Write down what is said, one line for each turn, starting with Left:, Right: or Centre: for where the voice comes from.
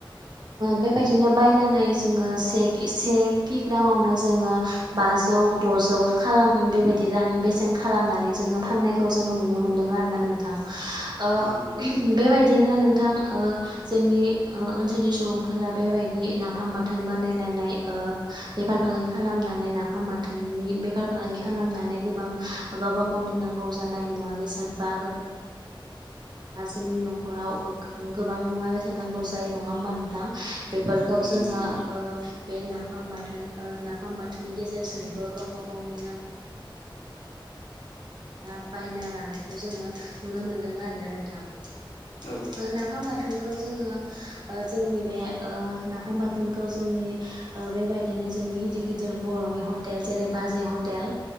Right: बेबायदिनो बायनानै जोङो सेक। से खक ग्रामावनो जोङो बाज। जौ द'जौ खालाम बेबायदि रां बेसेन खालामनानै जोङो फाननायखौ जोङो नुनो मोनो। नोंग आरोना नोंथों ओ
Left: औ नंगौ नोंथां
Right: बेबायदिनो नोंग। नोंथां ओ जोंनि ओ ओनसोलनि सुबुंफोरा बेबायदि नाफाम बाथोन बानायनानै। बेफार फालांगि खालामनानै नाफाम। नि बेफार फालांगि खालामनानै गोबां गावबा गावनि नांगौ जानाय मुवा बेसाद बा गोब। दा जोंनि न'खराव गोबां मुवा बेसाद नांगौ जायो नङा होमबा नोंथां। बेफोरखौ
Left: औ
Right: जोङो
Left: नंगौ नोंथां
Right: ओ बे नाफाम बाथोन ओ नाफाम बाथोन। गेजेरजोंबो गावबा गावनि नां। ना बायना लानायखौ जोङो नुनो मोन्दों आरोना नोंथां। ओ
Left: औ
Right: नाफाम बाथ। बाथोनखौ जोंङो जोंनि बे नाफाम बाथोनखौ जोंनि ओ बेबायदिनो। नो जोंनि गिदिर गिदिर बर'नि हटेल जेरै बाजै हटेल।